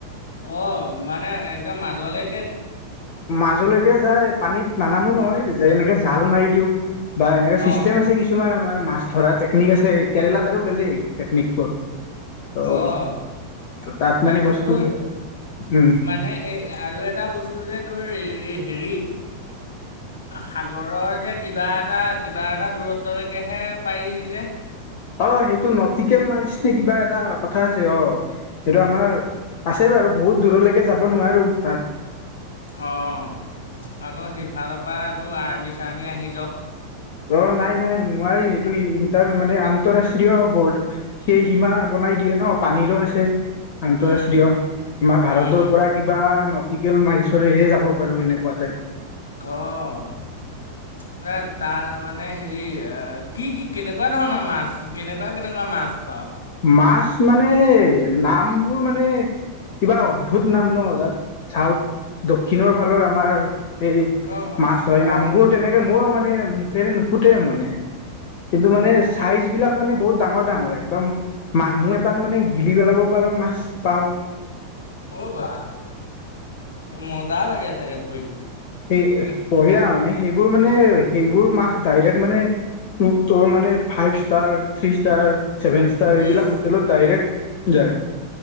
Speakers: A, on the left (about 65°); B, on the left (about 45°).
A: অঁ মানে একদম মাজলৈ
B: মাজলৈকে যায় পানীত নানামো নহয় যে এনেকে জাল মাৰি দিওঁ। বা এনেকুৱা চিষ্টেম
A: অঁ
B: আছে কিছুমান আমাৰ। মাছ ধৰা টেকনিক আছে। কেৰেলাত আৰু বেলেগ টেকনিকবোৰ। ত'
A: অঁ
B: তাত
A: তাৰপিছত
B: মানে বস্তু
A: তোৰ
B: উম
A: মানে এই আৰু এটা বস্তু যে তোৰ হেৰি সাগৰৰ যে কিবা এটা কিবা এটা দূৰত্বলৈকেহে পাৰি যে
B: অঁ সেইটো নটিকেল মাৰিছ নে কিবা এটা কথা আছে অ সেইটো আমাৰ আছে বাৰু বহুত দূৰলৈকে যাব নোৱাৰোঁ তাত।
A: অঁ আকৌ সিফালৰ পৰা এইবোৰ আৰ্মি চাৰ্মি আহি যাওঁক।
B: অঁ নাই নাই নোৱাৰি সেইটোৰ মানে আন্তঃৰাষ্ট্ৰীয় ব সেই সীমা বন পানীৰো আছে। আন্তঃৰাষ্ট্ৰীয়।
A: উম,
B: আমাৰ ভাৰতৰ
A: উম, হুম।
B: কিবা টিকেল মাৰি চৰিহে যাব পাৰো এনেকুৱা টাইপ।
A: আহ এ তাৰ মানে হেৰি কি কি কেনেকুৱা ধৰণৰ মাছ কেনেকুৱা কেনেকুৱা মাছ পাওঁ
B: মাছ মানে নামবোৰ মানে কিবা অদ্ভুত নাম ন তাত চাউথ দক্ষিণৰ ফালৰ আমাৰ সেই
A: অ', অ',
B: মাছ হয়
A: অ',
B: নামবোৰ
A: অ',
B: তেনেকে মইও মানে মুখেৰে নুফুটে মানে। কিন্তু মানে চাইজ বিলাক মানে বহুত ডাঙৰ ডাঙৰ এক্দম মানুহ এটাক মানে গিলি পেলাব পাৰো মাছ পাও
A: অ' বা মজা লাগে চাগে ধৰি
B: সেই বঢ়িয়া মানে সেইবোৰ মানে সেইবোৰ মাছ ডাইৰেক্ মানে! তোৰ মানে five star, three star seven star এইবিলাক
A: um.
B: হোটেলত ডাইৰেক্ট যায়।